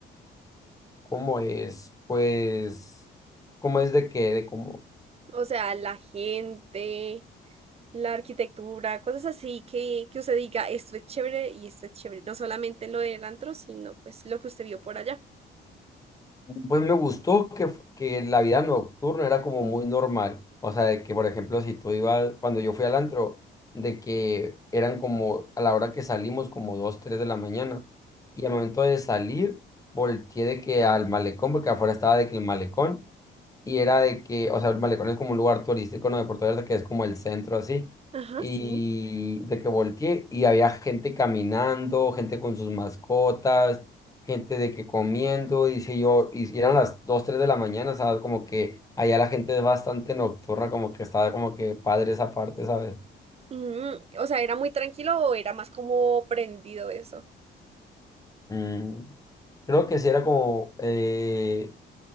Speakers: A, on the left; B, on the right.
A: ¿Cómo es? Pues, ¿cómo es de qué? De cómo.
B: O sea, la gente, la arquitectura, cosas así que, que usted diga, esto es chévere y esto es chévere. No solamente lo del antro, sino pues lo que usted vio por allá.
A: Pues me gustó que, f- que la vida nocturna era como muy normal. O sea, de que, por ejemplo, si tú ibas, cuando yo fui al antro, de que eran como a la hora que salimos, como 2 3 de la mañana. Y al momento de salir, volteé de que al malecón, porque afuera estaba de que el malecón y era de que, o sea, el malecón es como un lugar turístico, ¿no? De Puerto Vallarta, que es como el centro así,
B: Ajá,
A: y
B: sí.
A: de que volteé y había gente caminando, gente con sus mascotas, gente de que comiendo, y si yo, y si eran las 2 3 de la mañana, ¿sabes? Como que allá la gente es bastante nocturna, como que estaba como que padre esa parte, ¿sabes?
B: Mm, o sea, ¿era muy tranquilo o era más como prendido eso?
A: Mm, Creo que sí era como, eh,